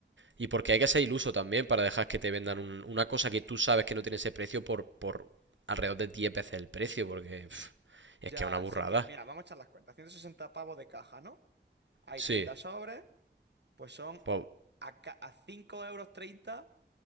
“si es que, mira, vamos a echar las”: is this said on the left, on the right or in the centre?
Right